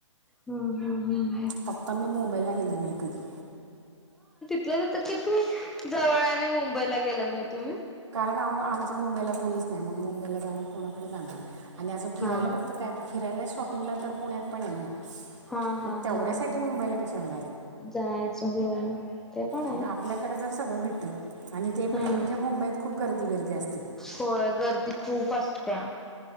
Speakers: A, in the centre; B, on the right (about 65°).
A: हम्म हम्म हम्म
B: फक्त मी मुंबईला गेले नाही कधी
A: <unintelligible> किती जवळय आणि मुंबईला गेला नाही तुम्ही
B: <inaudible> आमचं मुंबईला कोणीच नाही मग मुंबईला जाऊन कोणाकडे जाणार आणि असं फिरायला
A: हा
B: फक्त काय फिरायला शॉपिंगला तर पुण्यात पण ये ना
A: हा हा
B: मग तेवढ्यासाठी
A: हा
B: मुंबईला कशाला
A: जायचं होय ते पण आहे
B: म्हण आपल्याकडे जर सगळं भेटतं आणि ते मेन
A: हा
B: म्हणजे मुंबईत खूप गर्दी बिर्दी असते
A: होय गर्दी खूप असत्या